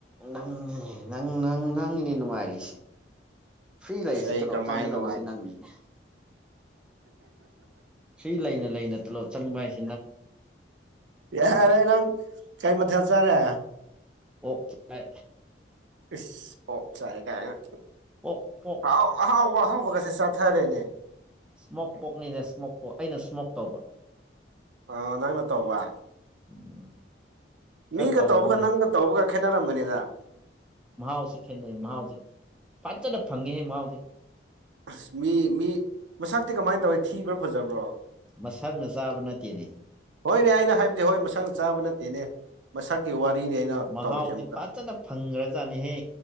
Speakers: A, in the centre; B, on the right (about 75°).
A: ꯅꯪꯅꯦ ꯅꯪ ꯅꯪ ꯅꯪꯅꯦ ꯅꯨꯡꯉꯥꯏꯔꯤꯁꯦ ꯐ꯭ꯔꯤ ꯂꯩꯔꯤꯁꯨ
B: ꯑꯦꯁ ꯑꯩ
A: ꯇꯣꯂꯣꯞ
B: ꯀꯔꯝꯍꯥꯏꯅ
A: ꯆꯪꯒꯗꯕꯁꯤ
B: ꯅꯨꯡꯉꯥꯏꯔꯤꯅꯣ
A: ꯅꯪꯅꯤꯅꯦ ꯐꯔꯤ ꯂꯩꯅ ꯂꯩꯅ ꯇꯣꯂꯣ ꯆꯪꯕ ꯍꯥꯏꯁꯦ
B: ꯌꯥꯔꯦ ꯅꯪ ꯀꯩ ꯃꯊꯦꯜ ꯆꯥꯔꯦ
A: ꯑꯣꯛ ꯆꯥꯏ
B: ꯏꯁ ꯑꯣꯞ ꯆꯥꯏ ꯀꯥꯏꯅ
A: ꯑꯣꯛ ꯄꯣꯛ
B: ꯑꯍꯥꯎ ꯑꯍꯥꯎꯕ ꯑꯍꯥꯎꯕ ꯀꯁꯦ ꯆꯥꯊꯔꯦꯅꯦ
A: ꯏꯁꯃꯣꯛ ꯄꯣꯛꯅꯤꯅꯦ ꯏꯁꯃꯣꯛ ꯄꯣꯛ ꯑꯩꯅ ꯏꯁꯃꯣꯛ ꯇꯧꯕ
B: ꯑ ꯅꯪꯅ ꯇꯧꯕ
A: ꯎꯝ ꯈꯔ
B: ꯃꯤꯒ
A: ꯇꯧꯕꯅꯦ
B: ꯇꯧꯕꯒ ꯅꯪꯒ ꯇꯧꯕꯒ ꯈꯦꯠꯅꯔꯝꯒꯅꯤꯗ
A: ꯃꯍꯥꯎꯁꯤ ꯈꯦꯠꯅꯩ ꯃꯍꯥꯎꯁꯦ ꯐꯖꯅ ꯐꯪꯉꯦ ꯃꯍꯥꯎꯁꯦ
B: ꯑꯁ ꯃꯤ ꯃꯤ ꯃꯁꯛꯇꯤ ꯀꯃꯥꯏꯅ ꯇꯧꯏꯤ ꯊꯤꯕ꯭ꯔꯥ ꯐꯖꯕ꯭ꯔꯣ
A: ꯃꯁꯛꯅ ꯆꯥꯕ ꯅꯠꯇꯦꯅꯦ
B: ꯍꯣꯏꯅꯦ ꯑꯩꯅ ꯍꯥꯏꯕꯗꯤ ꯍꯣꯏ ꯃꯁꯥꯛꯅ ꯆꯥꯕ ꯅꯠꯇꯦꯅꯦ ꯃꯁꯛꯀꯤ ꯋꯥꯔꯤꯅꯤ ꯑꯩꯅ
A: ꯃꯍꯥꯎꯗꯤ
B: ꯇꯧꯔꯤꯁꯦ ꯑꯃꯨꯛꯀ
A: ꯐꯖꯅ ꯐꯪꯈ꯭ꯔꯖꯥꯠꯅꯤꯍꯦ